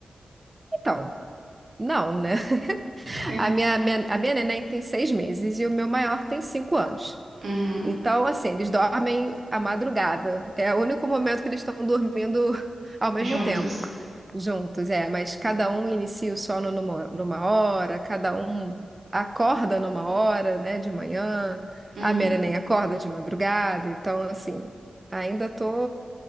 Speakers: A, on the right (about 20°); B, on the right (about 75°).
A: então, não, né? <laughs>
B: <laughs>
A: A minha, minha- a minha neném tem seis meses e o meu maior tem cinco anos.
B: Uhum,
A: Então, assim, eles dormem à madrugada. É o único momento que eles estão dormindo <laughs> ao mesmo
B: juntas.
A: tempo, juntos, é. Mas cada um inicia o sono numa, numa hora, cada um acorda numa hora, né, de manhã.
B: Uhum.
A: A minha neném acorda de madrugada. Então, assim, ainda tô